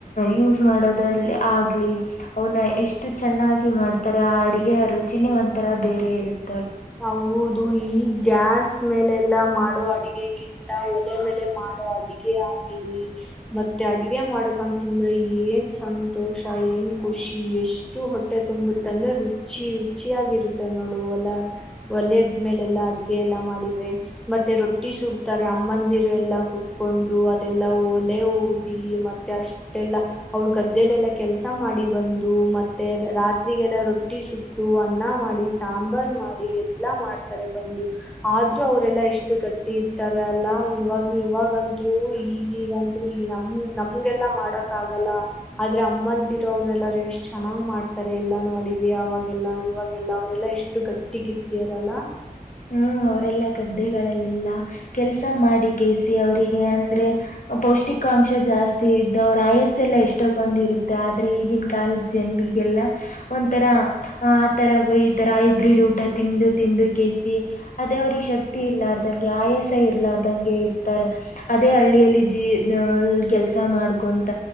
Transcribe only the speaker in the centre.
ಹೌ ಇದು ಈ ಗ್ಯಾಸ್ ಮೇಲೆ ಎಲ್ಲ ಮಾಡೋ ಅಡಗೆಗಿಂತ ಒಲೆ ಮೇಲೆ ಮಾಡೋ ಅಡಗೆ ಆಗ್ಲಿ ಮತ್ತೆ ಅಡ್ಗೆ ಮಾಡಕ ತಿಂದ್ರ ಏನ್ ಸಂತೋಷ ಏನ್ ಖುಷಿ ಎಷ್ಟು ಹೊಟ್ಟೆ ತುಂಬುತ್ತೆ ಅಂದ್ರೆ ರುಚಿ ರುಚಿ ಯಾಗಿರುತ್ತೆ ನೋಡು ಓಲೆ. ಓಲದ್ಮೇಲೆ ಎಲ್ಲಾ ಅಡ್ಗೆ ಎಲ್ಲಾ ಮಾಡಿದ್ರೆ ಮತ್ತೆ ರೊಟ್ಟಿ ಸುಡ್ತಾರೆ ಅಮ್ಮಂದಿರು ಎಲ್ಲ ಕುೂತ್ಕೊಂಡು ಅದೆಲ್ಲಾ ಓಲೆ ಊದಿ ಮತ್ತೆ ಅಷ್ಟೆಲ್ಲ ಅವರು ಗದ್ದೆಲೆಲ್ಲ ಕೆಲ್ಸ ಮಾಡಿ ಬಂದು ಮತ್ತೆ ರಾತ್ರಿಗೆಲ್ಲ ರೊಟ್ಟಿ ಸುಟ್ಟು ಅನ್ನ ಮಾಡಿ ಸಾಂಬಾರ್ ಮಾಡಿ. ಎಲ್ಲಾ ಮಾಡ್ತಾರೆ. ಬಂದು ಆದ್ರರು ಅವರೆಲ್ಲಾ ಎಷ್ಟು ಗಟ್ಟಿ ಇರ್ತಾರೆ ಅಲ್ಲ ಇವಾಗ ಇವಾಗಂದ್ರು ಈಗೀಗಂತ್ರು ಈ ನಮ್ ನಮ್ಗೆಲ್ಲಾ ಮಾಡಕ್ ಆಗಲ್ಲ ಆದ್ರೆ ಅಮ್ಮಂತಿರೋ ಅವರೆಲ್ಲಾರೂ ಎಷ್ಟ್ ಚೆನ್ನಾಗ್ ಮಾಡ್ತಾರೆ ಎಲ್ಲಾನ ಅಡಿಗೆ ಅವಾಗೆಲ್ಲಾ ಇವಾಗೆಲ್ಲ ಅವರೆಲ್ಲಾ ಎಷ್ಟು ಗಟ್ಟಿ. ಒಟ್ಟಿಗಿತ್ತಿರಲ್ಲ.